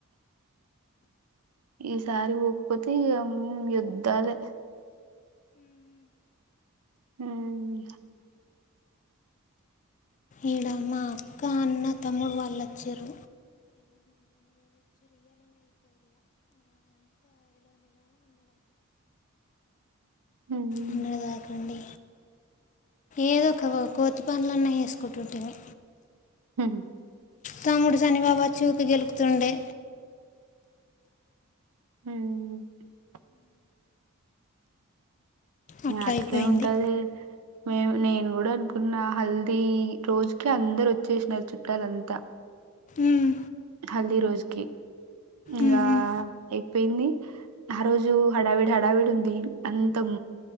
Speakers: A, on the right (about 85°); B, on the left (about 35°).
A: ఈసారి పోకపోతే ఇగ యుద్దాలే హమ్
B: ఇడమా ఇంకా అన్న తమ్ముడు వాళ్ళు అచ్చిండ్రు
A: హ్మ్
B: ఇంగా రాకండి ఏదో ఒక కోతి పనులన్న చేసుకుంటుంటిమి
A: హమ్
B: తమ్ముడు శనిబాబా చూపి గెలుకుతుండే
A: హుమ్
B: అట్లా
A: అట్లే
B: అయిపోయింది
A: ఉంటది మే నేను గూడా అనుకున్నా హల్దీ రోజుకి అందరు వచ్చేసినారు చుట్టాలంతా
B: ఉమ్,
A: హల్దీ రోజుకి ఇంగా
B: ఉమ్, ఉమ్,
A: అయిపోయింది ఆ రోజు హడావిడి హడావిడి ఉంది అంతం